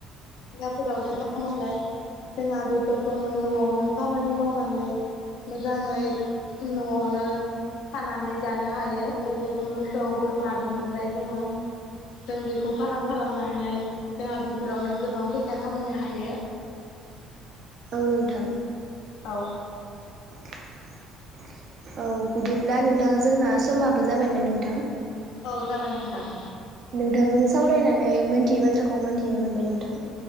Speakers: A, on the left (about 75°); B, on the right (about 40°).
A: जायगाफोराव <unintelligible> जोंहा बेफोरखौनो न'आवनो खामानि मावनानै मोजाङै न'आवनो थानानै जानो हायो। जेरै- जों मोसौ बोरमा बिनिफ्राय जोङो जों बेखौ फार्म खालामनानै जोंहा बिफोरावनो गोबां फैसा खामायनो हायो।
B: औ नोंथां।
A: औ
B: <inaudible> औ बिदिब्ला नोंथां जोंना समाबो जाबायमोन नोंथां।
A: औ जाबाय नोंथां।
B: नोंथांजों सावरायनानै मिथियै बाथ्राखौ मोनथिनो मोनबाय नोंथां।